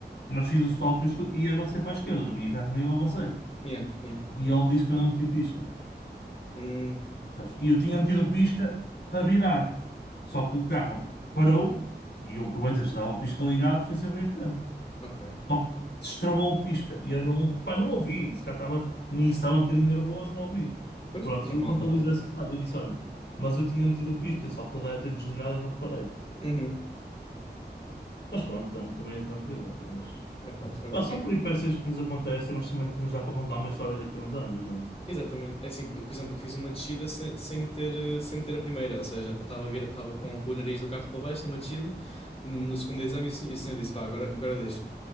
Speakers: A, on the left; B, on the left.
A: Mas fiz o stop fiz tudo, e avancei para a esquerda, no meu carro nenhum avancei.
B: yeah, yeah,
A: E ele disse que eu não meti pisca.
B: uhum,
A: Sabes? E eu tinha metido o pisca para virar. Só que o carro parou e eu aproveitei, já dava o pisca ligado, fui sempre em frente.
B: Ok.
A: Só que destravou o pisca e eu não, pá, não ouvi. Se cá estava nisso, estava um bocadinho nervoso, não ouvi.
B: Depois?
A: Pronto,
B: Normal,
A: e ele contabilizou
B: normal.
A: essa falha. Eu disse: olha, mas eu tinha metido o pisca, só que ele deve ter desligado e não reparei.
B: uhum.
A: Mas pronto, tam- também é tranquilo. Mas
B: Epá, fogo.
A: pá, são peripécias que nos acontecem, mas também que nos dá para contar uma história daqui a uns anos, não é?
B: Exatamente. É assim, eu, por exemplo, eu fiz uma descida sem, sem meter, eh, sem meter a primeira, ou seja, estava a vir, estava com, com o nariz do carro para baixo numa descida, no, no segundo exame, e o, sen- e o senhor disse, vá, agora, agora deixa.